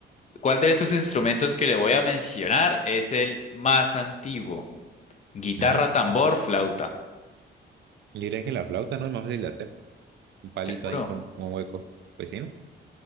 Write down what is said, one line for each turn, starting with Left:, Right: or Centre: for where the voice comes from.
Left: ¿cuál de estos instrumentos que le voy a mencionar es el más antiguo? Guitarra,
Right: Ujú.
Left: tambor, flauta.
Right: Yo diría que la flauta no es más fácil de hacer. Un palito
Left: ¿Seguro?
Right: ahí con un hueco. Pues sí, ¿no?